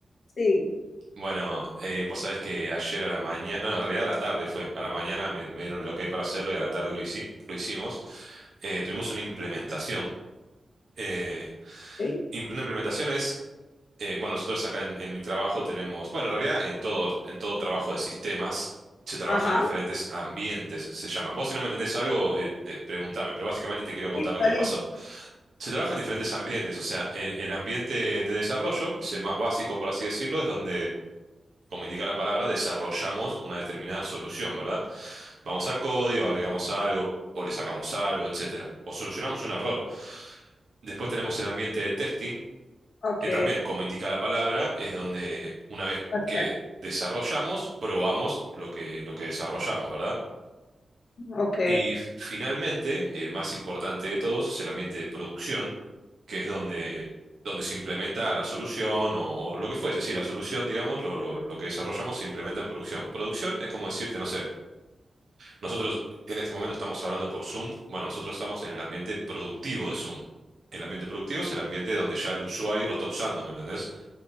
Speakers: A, on the left (about 70°); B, on the right (about 65°).
A: sí,
B: Bueno, eh, vos sabés que ayer a la mañana, no, en realidad a la tarde fue. A la mañana me, me dieron el ok para hacerlo y a la tarde lo, hici- lo hicimos. Eh, tuvimos una implementación. Eh,
A: Sí.
B: im- una implementación es eh, bueno, nosotros acá en, en mi trabajo tenemos, bueno, en realidad en todo, en todo trabajo de sistemas se trabaja
A: Ajá.
B: en diferentes ambientes, se llaman. Vos si no me entendés algo, eh, eh, preguntame, pero básicamente te quiero contar
A: Sí, Está
B: lo que me
A: listo.
B: pasó. Se trabaja en diferentes ambientes, o sea, el, el ambiente de desarrollo es el más básico, por así decirlo, es donde, como indica la palabra, desarrollamos una determinada solución, ¿verdad? Vamos al código, agregamos algo, o le sacamos algo, etcétera, o solucionamos un error. Después tenemos el ambiente de testing
A: Ok.
B: que también, como indica la palabra, es donde una vez
A: Pastel.
B: que desarrollamos, probamos lo que, lo que desarrollamos, ¿verdad?
A: Ok.
B: Y f- finalmente, el más importante de todos es el ambiente de producción, que es donde, donde se implementa la solución o, o lo que fuese, sí, la solución, digamos, lo, lo, lo que desarrollamos se implementa en producción. Producción es como decirte, no sé, nosotros en este momento estamos hablando por Zoom, bueno, nosotros estamos en el ambiente productivo de Zoom. El ambiente productivo es el ambiente donde ya el usuario lo está usando, ¿me entendés?